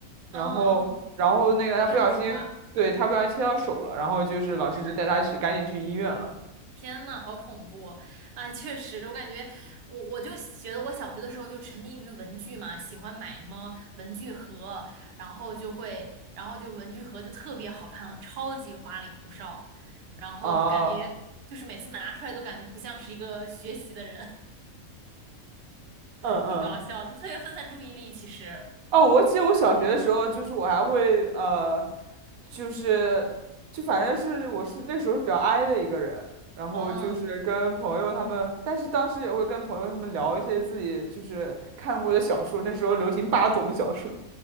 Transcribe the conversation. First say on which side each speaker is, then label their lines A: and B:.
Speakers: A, on the right; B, on the right.
A: 然后然后那个他不小心，
B: 嗯嗯，贴上手了，
A: 对，他不小心切到手了，然后就是老师就带他去赶紧去医院了。
B: 天呐！天呐，好恐怖哦！哎，确实，我感觉我我就觉得我小学的时候就沉迷于文具嘛，喜欢买什么文具盒，然后就会，然后就文具盒就特别好看，超级花里胡哨，然后感觉
A: 哦，
B: 就是每次拿出来都感觉不像是一个学习的人。
A: 嗯嗯，
B: 挺搞笑，就特别分散注意力。其实，
A: 哦，我记得我小学的时候，就是我还会呃，就是就反正是我是那时候比较 i 的一个人，然后就是跟朋友他们，
B: 嗯，
A: 但是当时也会跟朋友他们聊一些自己就是看过的小说，那时候流行霸总小说。